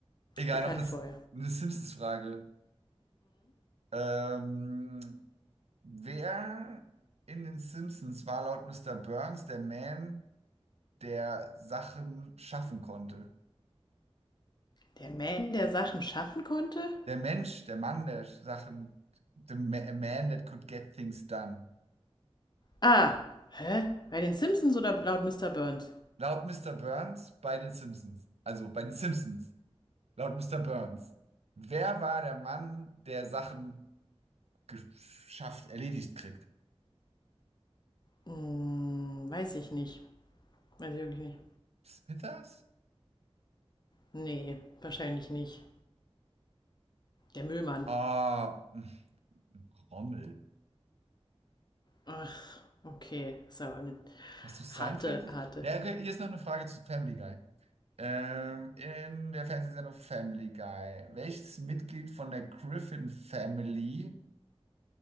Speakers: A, on the right (about 75°); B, on the left (about 40°).
A: Egal,
B: bekannt
A: noch das,
B: vor.
A: eine Simpsons-Frage. Ähm, wer in den Simpsons war laut Mr. Burns der Man, der Sachen schaffen konnte?
B: Der Man, der Sachen schaffen konnte?
A: Der Mensch, der Mann, der Sachen, the ma- a man that could get things done.
B: Ah, hä? Bei den Simpsons oder laut Mr. Burns?
A: Laut Mr. Burns bei den Simpsons. Also bei den Simpsons. Laut Mr. Burns. Wer war der Mann, der Sachen geschafft, erledigt kriegt?
B: Hm, weiß ich nicht. Weiß ich wirklich nicht.
A: Smithers?
B: Nee, wahrscheinlich nicht. Der Müllmann.
A: Ah, <laughs> Rommel.
B: Ach, okay. Ist aber eine
A: Hast du Seinfeld
B: harte,
A: gesehen?
B: harte.
A: Ja, okay, hier ist noch eine Frage zu Family Guy. Ähm, in der Fernsehsendung Family Guy, welches Mitglied von der Griffin Family,